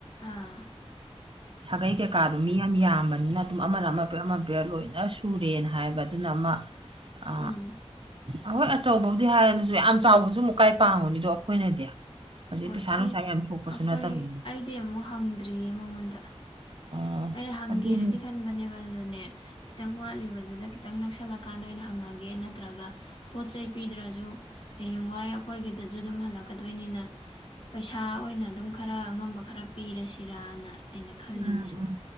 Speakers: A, on the left; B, on the right.
A: ꯑꯥ
B: ꯁꯥꯒꯩ ꯀꯩꯀꯥꯗꯣ ꯃꯤ ꯌꯥꯝ ꯌꯥꯝꯕꯅꯤꯅ ꯑꯗꯨꯝ ꯑꯃꯅ ꯑꯃ ꯄꯤꯔꯛ ꯑꯃ ꯄꯤꯔꯛ ꯂꯣꯏꯅ ꯁꯨꯔꯦꯅ ꯍꯥꯏꯌꯦꯕ ꯑꯗꯨꯅ ꯑꯃ ꯑ
A: ꯎꯝ
B: ꯑꯍꯣꯏ ꯑꯆꯧꯕꯕꯨꯗꯤ ꯍꯥꯏꯔꯦꯅꯁꯨ ꯌꯥꯝ ꯆꯥꯎꯕꯁꯨ ꯃꯨꯛꯀꯥꯏ ꯄꯥꯡꯉꯨꯅꯤꯗꯣ ꯑꯩꯈꯣꯏꯅꯗꯤ ꯍꯧꯖꯤꯛ
A: ꯍꯣꯏ
B: ꯄꯩꯁꯥ
A: ꯑꯩ
B: ꯅꯨꯡꯁꯥ ꯌꯥꯝ ꯊꯣꯛꯄꯁꯨ
A: ꯑꯩꯈꯣꯏ
B: ꯅꯠꯇꯕꯅꯤꯅ
A: ꯑꯩꯗꯤ ꯑꯃꯨꯛ ꯍꯪꯗ꯭ꯔꯤꯌꯦ ꯃꯉꯣꯟꯗ
B: ꯑꯣ
A: ꯑꯩ ꯍꯪꯒꯦꯅꯗꯤ
B: ꯑꯗꯨꯅꯤ
A: ꯈꯟꯕꯅꯦꯕ ꯑꯗꯨꯗꯅꯦ ꯈꯤꯇꯪ ꯋꯥꯠꯂꯤꯕꯁꯤꯗ ꯈꯤꯇꯪ ꯅꯛꯁꯜꯂꯀꯥꯟꯗ ꯑꯣꯏꯅ ꯍꯪꯉꯒꯦ ꯅꯠꯇ꯭ꯔꯒ ꯄꯣꯠ ꯆꯩ ꯄꯤꯗ꯭ꯔꯁꯨ ꯍꯌꯦꯡꯋꯥꯏ ꯑꯩꯈꯣꯏꯒꯤꯗ ꯁꯨ ꯑꯗꯨꯝ ꯍꯜꯂꯛꯀꯗꯣꯏꯅꯤꯅ ꯄꯩꯁꯥ ꯑꯣꯏꯅ ꯑꯗꯨꯝ ꯈꯔ ꯑꯉꯝꯕ ꯈꯔ ꯄꯤꯔꯁꯤꯔꯅ ꯑꯩꯅ ꯈꯜꯂꯤꯅꯤ
B: ꯎꯝ
A: ꯁꯨꯝ
B: ꯎꯝ